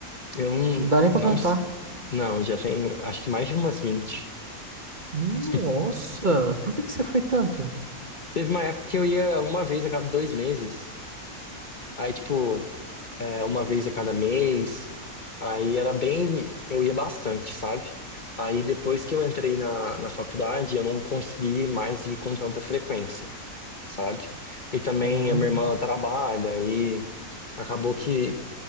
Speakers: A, on the left; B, on the right.
A: eu não.
B: Não dá nem pra
A: Não
B: cantar.
A: sei. Não, já tenho, acho que mais de umas 20
B: Nossa,
A: <laughs>
B: por que que você foi tanto?
A: Teve uma época que eu ia uma vez a cada dois meses. Aí, tipo, é, uma vez a cada mês. Aí era bem. Eu ia bastante, sabe? Aí depois que eu entrei na, na faculdade, eu não consegui mais ir com tanta frequência, sabe? E também
B: Uhum.
A: a minha irmã trabalha e acabou que